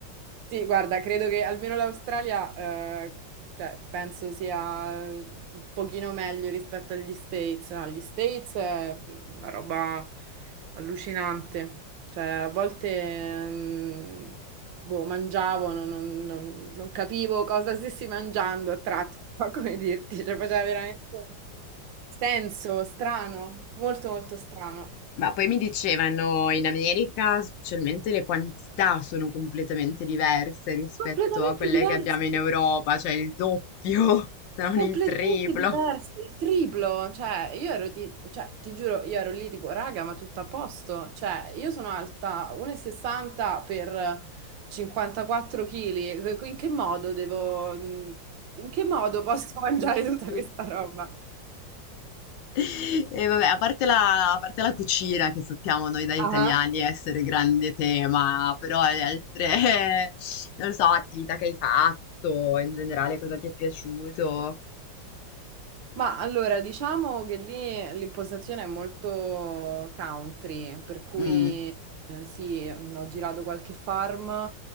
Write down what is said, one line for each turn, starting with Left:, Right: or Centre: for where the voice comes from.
Right: Sì, guarda, credo che almeno l'Australia, eh, cioè, penso sia un pochino meglio rispetto agli States. No, gli States è mm, una roba allucinante. Cioè, a volte, mm, boh, mangiavo, non, non- non- non capivo cosa stessi mangiando a tratti, non so <laughs> come dirti, cioè, faceva veramente senso, strano, molto molto strano.
Left: Ma poi mi dicevano in America, specialmente le quantità sono completamente diverse rispetto
Right: Completamente
Left: a quelle
Right: diverse.
Left: che abbiamo in Europa, cioè il doppio, <laughs> se non
Right: Completamente
Left: il triplo.
Right: diverso, il triplo, cioè io ero di, cioè, ti giuro, io ero lì tipo, raga, ma tutto a posto, cioè io sono alta 1,60 per 54 kg, in che modo devo, in che modo posso <laughs> mangiare
Left: Riuscì
Right: tutta questa roba?
Left: e vabbè, a parte la a parte la cucina che sappiamo noi da italiani
Right: Cioè,
Left: essere grande tema, però le altre, <laughs> non lo so, attività che hai fatto, in generale cosa ti è piaciuto.
Right: Ma allora, diciamo che lì l'impostazione è molto country, per cui
Left: Mh,
Right: eh, sì, mm, ho girato qualche farm,